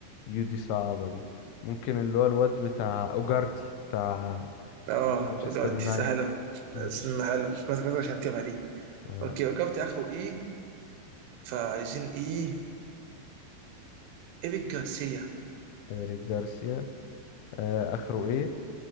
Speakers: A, on the left; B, on the right.
A: يو دي صعبة دي ممكن اللي هو الواد بتاع أوجارتي بتاع
B: اه
A: بتاع مانشستر
B: دلوقتي
A: يونايتد
B: سهله
A: آه،
B: سهله كنت كنت مش هتجيبها دي
A: آه،
B: اوكي وقفت اخو اي فعايزين اي ايريك جارسيا
A: إيريك جارسيا آه، آخره إيه